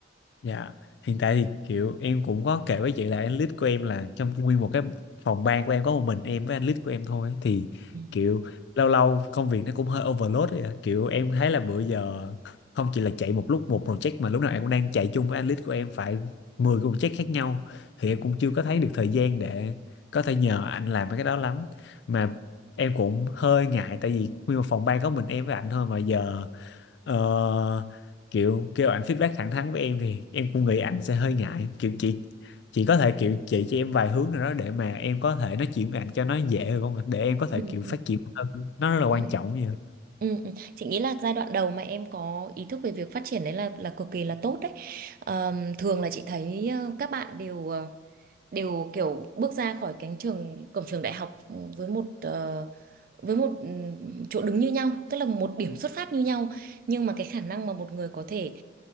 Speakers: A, on the left; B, on the right.
A: Dạ, Hiện tại thì kiểu em cũng có kể với chị là anh lead của em là trong nguyên một cái phòng ban của em có một mình em với anh lead của em thôi ấy. Thì
B: Ừ.
A: kiểu lâu lâu công việc nó cũng hơi overload ấy. ạ. Kiểu em thấy là bữa giờ không chỉ là chạy một lúc một project mà lúc nào em cũng đang chạy chung với anh lead của em phải 10 cái project khác nhau thì em cũng chưa có thấy được thời gian để có thể nhờ anh làm mấy cái đó lắm mà em cũng hơi ngại tại vì nguyên một phòng ban có mình em với anh thôi mà giờ Ờ, kiểu kêu ảnh feedback thẳng thắn với em thì em cũng nghĩ ảnh sẽ hơi ngại kiểu chị chị có thể kiểu chỉ cho em vài hướng nào đó để mà em có thể nói chuyện với ảnh cho nó dễ được không để em có thể
B: Ừ,
A: kiểu
B: ừ,
A: phát triển hơn nó rất là quan
B: ừ.
A: trọng vậy
B: Ừ, ừ. Chị nghĩ là giai đoạn đầu mà em có ý thức về việc phát triển đấy là là cực kỳ là tốt đấy. Ờm, thường là chị thấy ờ, các bạn đều ờ, đều kiểu bước ra khỏi cánh trường cổng trường đại học ừ, với một ờ, với một ừm, chỗ đứng như nhau, tức là một điểm xuất phát như nhau, nhưng mà cái khả năng mà một người có thể